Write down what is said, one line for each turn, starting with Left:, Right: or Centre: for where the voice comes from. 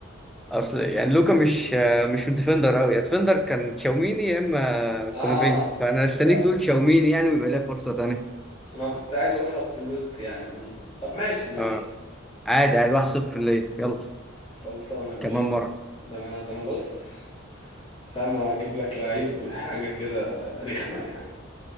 Centre: اصل يعني لوكا مش مش ديفندر قوي يا ديفندر كان تشاوميني يا اما كامافينجا
Left: اه
Centre: فانا
Left: تصدق
Centre: استنيك تقول تشاوميني يعني ويبقى ليها فرصه تانيه
Left: انا كنت عايز
Centre: بس
Left: اقول خط الوسط يعني عموما طب ماشي ماشي
Centre: اه عادي عادي 1-0 ليا يلا
Left: خلصانه يا باشا
Centre: كمان مره
Left: ده انا ده انا بص استنى اجيب لك لعيب حاجه كده رخمه يعني